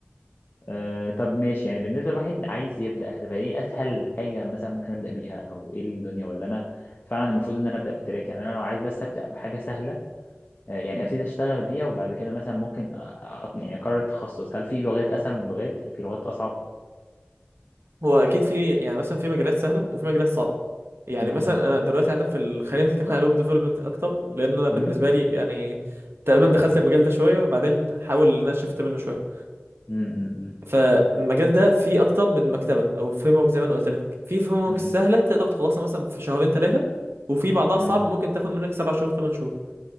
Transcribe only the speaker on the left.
أه طب ماشي يعني بالنسبة لواحد عايز يبدأ هتبقى ايه أسهل حاجة مثلا ممكن أبدأ بيها أو ايه الدنيا ولا أنا فعلا المفروض إن أنا أبدأ بالتراك يعني أنا لو عايز بس أبدأ بحاجة سهلة أه يعني أبتدي أشتغل بيها وبعد كده مثلا ممكن أ- أ- يعني أقرر التخصص هل في لغات أسهل من لغات هل في لغات أصعب؟
امم
امم
امم
امم
امم